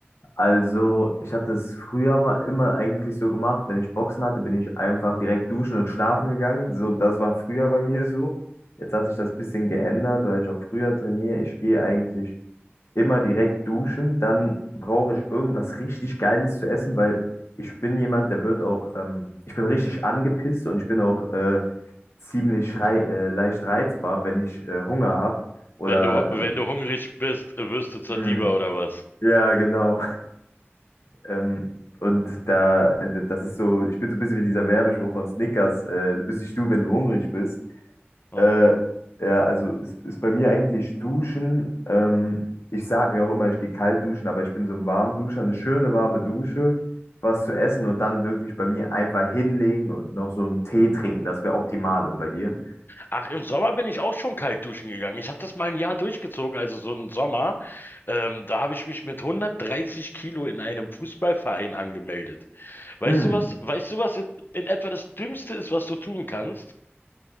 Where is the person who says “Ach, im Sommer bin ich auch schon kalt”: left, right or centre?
Left